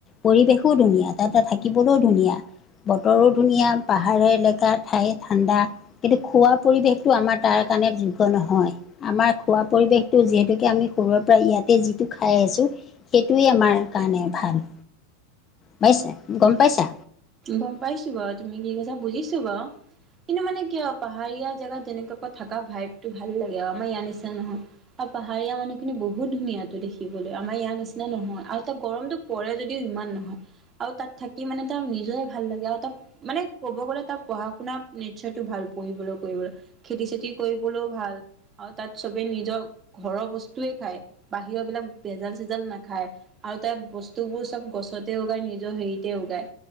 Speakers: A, on the left (about 25°); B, on the right (about 25°).
A: পৰিৱেশো ধুনীয়া তাতে থাকিবলৈও ধুনীয়া। বতৰো ধুনীয়া পাহাৰ এলেকা ঠাই ঠাণ্ডা। কিন্তু খোৱা পৰিৱেশটো আমাৰ তাৰ কাৰণে যোগ্য নহয়। আমাৰ খোৱা পৰিৱেশটো যিহেতুকে আমি সৰুৰে পৰা ইয়াতে যিটো খাই আহিছোঁ, সেইটোৱেই আমাৰ কাৰণে ভাল। পাইছে গম পাইছা?
B: গম পাইছো বাৰু তুমি কি কৈছা বুজিছো বাৰু। কিন্তু মানে কি আৰু পাহাৰীয়া জেগাত যেনেকুৱাকৈ থকা ভাইভটো ভাল লাগে আৰু আমাৰ ইয়াৰ নিচিনা নহয়। আৰু পাহাৰীয়া মানুহ খিনি বহুত ধুনীয়াটো দেখিবলৈ আমাৰ ইয়াৰ নিচিনা নহয়, আৰু তাত গৰমটো পৰে যদিও ইমান নহয় আৰু তাত থাকি মানে তাৰ নি জৰেই ভাল লাগে, আৰু তাৰ মানে ক'ব গ'লে তাৰ পঢ়া শুনা নেচাৰটো ভাল পঢ়িবলৈ কৰিবলৈ। খেতি চেতি কৰিবলৈও ভাল। আৰু তাত চবেই নিজৰ ঘৰৰ বস্তুৱে খায় বাহিৰৰ বিলাক ভেজাল চেজাল নাখায়। আৰু তাৰ বস্তুবোৰ চব গছতে উগায় নিজৰ হেৰিতে উগায়